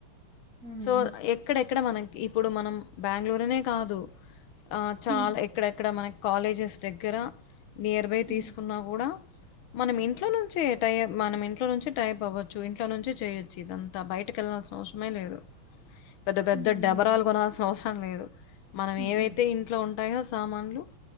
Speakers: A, on the right; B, on the left.
A: హ్మ్
B: సో ఎక్కడెక్కడ మనకి ఇప్పుడు మనం బ్యాంగళూరునే కాదు ఆ చాలా
A: హ్మ్
B: ఎక్కడెక్కడ మన కాలేజెస్ దగ్గర నియర్ బై
A: హ్మ్
B: తీసుకున్నా కూడా మనం ఇంట్లో నుంచి ఎటై మనం ఇంట్లో నుంచి టైప్ అవ్వచ్చు ఇంట్ ఇట్లో నుంచి చేయొచ్చు ఇదంతా బయటకి వెళ్లాాల్సిన అవసరమే లేదు పెద్ద పెద్ద
A: హ్మ్
B: డెబరాలు కొల్స అ లేదు మనం
A: హుహు.
B: ఏవైతే ఇంట్లో ఉం సామాన్లు